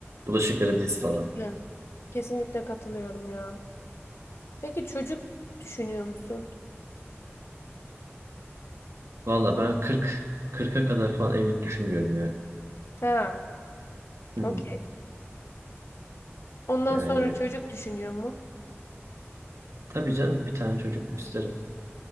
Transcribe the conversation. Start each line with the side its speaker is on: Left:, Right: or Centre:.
Right: Bulaşıkları diz
Left: Kesinlikle.
Right: falan.
Left: Kesinlikle katılıyorum ya. Peki çocuk düşünüyor musun?
Right: Valla ben 40 40'a kadar falan evlilik düşünmüyorum yani.
Left: Ha,
Right: Hı hı.
Left: okey. Ondan
Right: Yani
Left: sonra çocuk düşünüyor mu?
Right: tabii canım bir tane çocuk isterim.